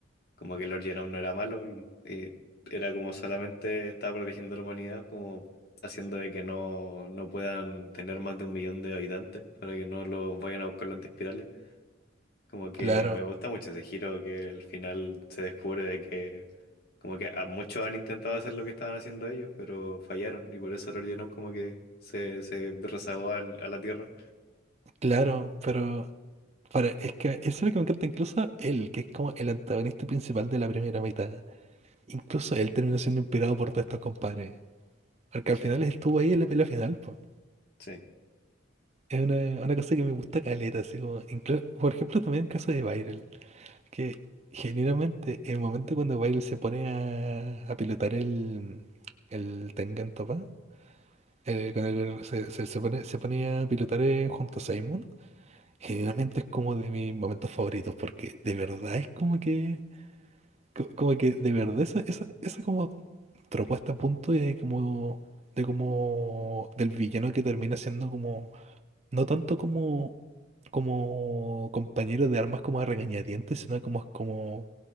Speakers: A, on the left; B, on the right.
A: como que Lord Genome no era malo y, y era como solamente estaba protegiendo a la humanidad, como haciendo de que no, no puedan tener más de un millón de habitantes para que no los vayan a buscar los antiespirales. Como que
B: Claro,
A: me gusta mucho ese giro que al final se descubre de que como que a muchos han intentado hacer lo que estaban haciendo ellos, pero fallaron y por eso el Orionon como que se, se rezagó al- a la Tierra.
B: claro, pero para, es que eso es lo que me encanta, incluso él, que es como el antagonista principal de la primera mitad. Incluso él terminó siendo inspirado por todos estos compadres. Porque al
A: Sí,
B: final estuvo ahí en la pelea final, po.
A: sí,
B: Es una, una cosa que me gusta caleta, así como, inclu- por ejemplo, también el caso de Viral, que generalmente el momento cuando Viral se pone a, a pilotar el, el Tengen Toppa, eh, cuando el- se, se- se pone, se pone a pilotar eh, junto a Simon, generalmente es como de mis momentos favoritos, porque de verdad es como que, co- como que de verdad esa, esa, esa como tropó hasta el punto de como, de como, del villano que termina siendo como, no tanto como, como compañero de armas como a regañadientes, sino como, como,